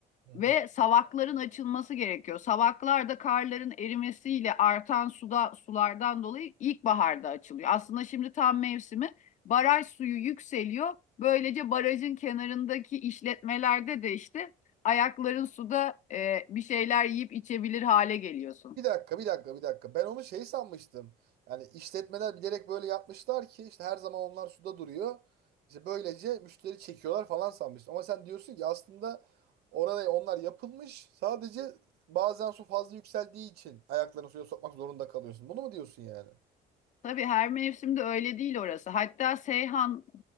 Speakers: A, on the right (about 70°); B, on the left (about 45°).
A: Hı hı.
B: Ve savakların açılması gerekiyor. Savaklar da karların erimesiyle artan suda sulardan dolayı ilkbaharda açılıyor. Aslında şimdi tam mevsimi. Baraj suyu yükseliyor. Böylece barajın kenarındaki işletmelerde de işte ayakların suda e, bir şeyler yiyip içebilir hale geliyorsun.
A: Bir dakika, bir dakika, bir dakika. Ben onu şey sanmıştım. Yani işletmeler bilerek böyle yapmışlar ki işte her zaman onlar suda duruyor. İşte böylece müşteri çekiyorlar falan sanmıştım. Ama sen diyorsun ki aslında orada onlar yapılmış. Sadece bazen su fazla yükseldiği için ayaklarını suya sokmak zorunda kalıyorsun. Bunu mu diyorsun yani?
B: Tabii her mevsimde öyle değil orası. Hatta Seyhan